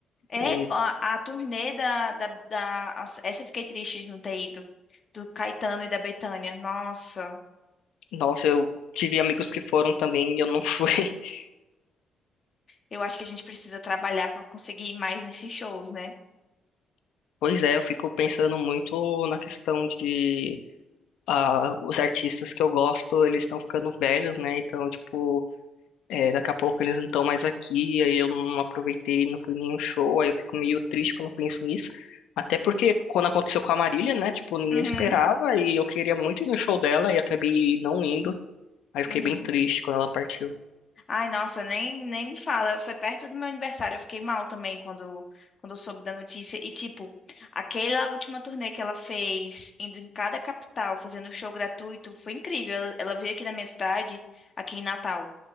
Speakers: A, on the left (about 40°); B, on the left (about 85°).
A: É
B: É,
A: a, a turnê da, da, da- Nossa, Essa eu fiquei triste de não ter ido. Do Caetano e da Bethânia. Nossa,
B: nossa, eu tive amigos que foram também e eu não fui. <laughs>
A: eu acho que a gente precisa trabalhar pra conseguir ir mais nesses shows, né?
B: Pois é, eu fico pensando muito na questão de ah, os artistas que eu gosto, eles estão ficando velhos, né? Então, tipo, É, daqui a pouco eles não estão mais aqui, aí eu não aproveitei, não fui em nenhum show, aí eu fico meio triste quando penso nisso. Até porque quando aconteceu com a Marília, né? Tipo, ninguém
A: Uhum,
B: esperava e eu queria muito ir no show dela e acabei não indo. Aí
A: uhum.
B: fiquei bem triste quando ela partiu.
A: Ai, nossa, nem, nem me fala. Foi perto do meu aniversário. Eu fiquei mal também quando, quando eu soube da notícia. E, tipo, aquela última turnê que ela fez, indo em cada capital, fazendo show gratuito, foi incrível. Ela, ela veio aqui na minha cidade, aqui em Natal.